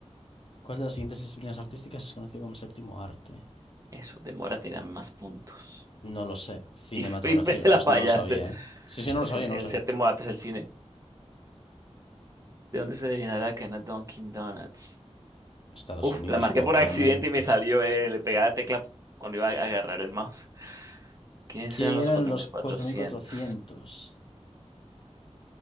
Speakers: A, on the left; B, on the right.
A: ¿Cuál de las siguientes disciplinas artísticas es conocida como el séptimo arte?
B: eso, demórate y dame más puntos.
A: No lo sé. Cinematografía,
B: Y, fui- me <laughs> la
A: pues
B: fallaste.
A: no lo sabía, ¿eh? Sí, sí, no
B: Así
A: lo sabía,
B: me-
A: no
B: El
A: lo sabía.
B: séptimo arte es el cine. ¿De dónde se originará la cadena Dunkin' Donuts?
A: Estados
B: Uf,
A: Unidos,
B: la marqué
A: obviamente.
B: por accidente y me salió, eh, le pegaba la tecla cuando iba a agarrar el mouse. ¿Quiénes
A: ¿Quién
B: eran
A: eran
B: los cuatro
A: los
B: mil
A: 4.400?
B: cuatrocientos?